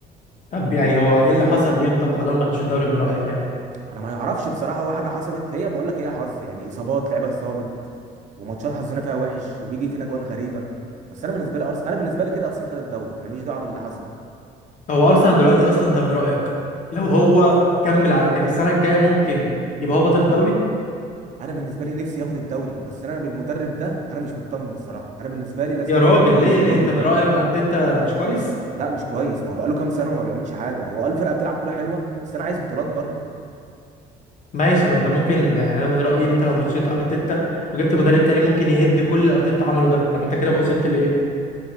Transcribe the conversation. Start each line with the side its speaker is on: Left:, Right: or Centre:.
Left: طب يعني هو ايه اللي حصل ليهم طب خلاهم ما خدوش الدوري من رايك يعني
Right: انا ما يعرفش بصراحه هو حاجه حصلت هي بقول لك هي حظ يعني اصابات لعيبه اتصابت وماتشات حظنا فيها وحش وبيجي فينا جوان غريبه بس انا بالنسبه لي ارسنال انا بالنسبه لي كده ارسنال خد الدوري انا ماليش دعوه باللي حصل
Left: هو ارسنال دلوقتي اصلا انت من رايك لو هو كمل على كده السنه الجايه ممكن يبقى هو بطل الدوري
Right: انا بالنسبه لي نفسي ياخد الدوري بس انا بالمدرب ده انا مش مطمن الصراحه انا بالنسبه لي لازم
Left: يا راجل
Right: يدر...
Left: ليه
Right: لازم
Left: ليه
Right: يغيروا
Left: انت
Right: المدرب
Left: من رايك ارتيتا مش كويس
Right: لا مش كويس ما هو بقاله كام سنه وما بيعملش حاجه هو قال الفرقه بتلعب كوره حلوه بس انا عايز بطولات برضو
Left: ماشي ما انت ممكن يعني انا من رايي ان انت لو مشيت ارتيتا وجبت مدرب تاني ممكن يهد كل اللي ارتيتا عمله ده طب انت كده بقى وصلت لايه